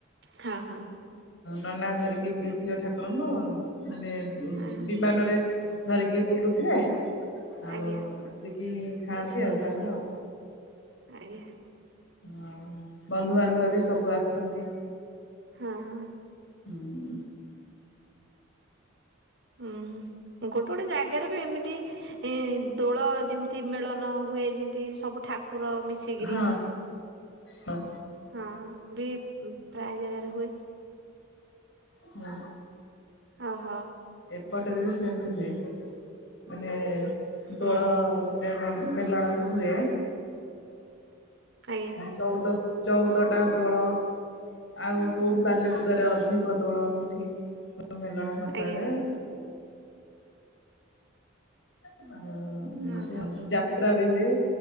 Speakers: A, on the right; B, on the left.
A: ହଁ ହଁ।
B: ନନା ଧରିକି ବୁଲୁଥିବେ ଠାକୁରଙ୍କୁ ମାନେ
A: ଆ-
B: ବିମାନରେ ଧରିକି ବୁଲୁଥିବେ ଆଉ
A: ଆଜ୍ଞା
B: ଆସିକି ଖାଆନ୍ତି ଆଉ ଠାକୁର।
A: ଆଜ୍ଞା।
B: ହଁ ବନ୍ଧୁବାନ୍ଧବବି ସବୁ ଆସନ୍ତି
A: ହଁ ହଁ।
B: ହୁଁ।
A: ହୁଁ ଗୋଟେ ଗୋଟେ ଜାଗାରେବି ଏମିତି ଏଦୋଳ ଯେମିତି ଏତି ମେଳନ ହୁଏ ଯେମିତି ସବୁ ଠାକୁର ମିଶିକିରି
B: ହଁ ହଁ
A: ହଁ ବି ପ୍ରାୟ ଜାଗାରେ ହୁଏ।
B: ହୁଁ।
A: ଓହୋ।
B: ଏପଟରେବି ସେମିତି ହୁଏ ମାନେ
A: ହୁଁ
B: ଦୋଳ େ ମେଲଣ ଯୋଉ ହୁଏ
A: ଆଜ୍ଞା
B: ଚଉଦ ଚଉଦଟା ଦୋଳ ଆଉ କୋଉଠି ବାଲିକୁଦରେ ଅଧିକ ଦୋଳ ସେଠି ମେଲଣ କରାଯାଏ।
A: ଆଜ୍ଞା
B: ହୁଁ ଏମିତି
A: ଓହୋ
B: ଆଉ ଯାତ୍ରା ହୁଏ